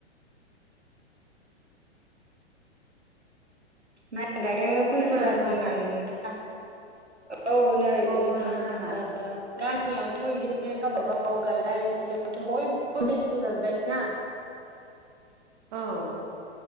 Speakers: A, on the right; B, on the right.
A: माइ गायनो
B: सोरबा
A: फैस गारदों
B: दं नामा
A: नै नोंथां औ नै
B: औ
A: नोंथां
B: नंगौ नामा
A: ग आोंनियावथ' बिदिनो गावबागाव गायलाय फुलियावथ' बयबो बेस्थ' जाजोब्बाय ना।
B: औ